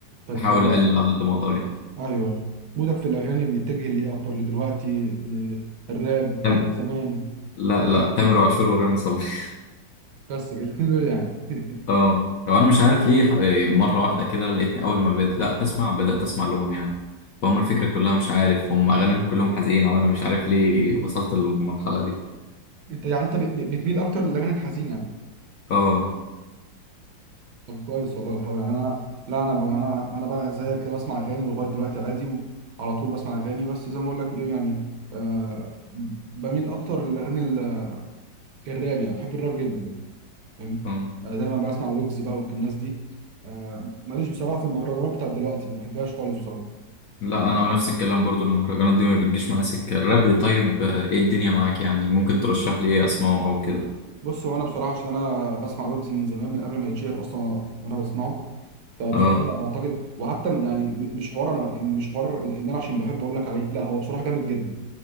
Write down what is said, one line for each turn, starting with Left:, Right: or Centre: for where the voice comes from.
Right: طب
Left: بحاول
Right: آه،
Left: اقلل على قد ما اقدر يعني
Right: ايوه أيوة. مودك في الاغاني بيتجه ليه اكتر لدلوقتي للراب لاغاني
Left: تم...
Right: زمان
Left: لا لا تامر عاشور ورامي صبري <laughs>
Right: بس الاتنين دول يعني <laughs>
Left: اه لو انا مش عارف ليه ح- مره واحده كده لقيتني اول ما بدأت لا تسمع بدأت اسمع لهم يعني فهم الفكره كلها مش عارف هم اغانيهم كلهم حزينه وانا مش عارف ليه وصلت للمرحله دي
Right: انت يعني انت ب- ب- بتميل اكتر للاغاني الحزينة يعني.
Left: اه
Right: طب كويس والله الحوار يعني انا لا انا ب... انا انا بقى زيك كده بسمع اغاني لغايه دلوقتي عادي وعلى طول بسمع اغاني بس زي ما بقول لك ايه يعني آه بميل اكتر للاغاني ال- الراب يعني بحب الراب جدا فاهم
Left: آه.
Right: آه دايما بسمع ويجز بقى والناس دي آه ماليش بصراحه في المهرجانات بتاعت دلوقتي ما بحبهاش خالص بصراحه
Left: لا انا نفس الكلام برضو المهرجانات دي ما بتجيش معايا سكه الراب طيب آه، ايه الدنيا معاك يعني ممكن ترشح لي ايه اسمعه او كده
Right: بص هو انا بصراحه عشان انا بسمع ويجز من زمان من قبل ما يتشهر اصلا وانا بسمعه فبصراحه
Left: اه
Right: اعتقد وحتى يعني م- مش حوار انا مش حوار ان انا عشان بحب اقول لك عليه لا هو بصراحه جامد جدا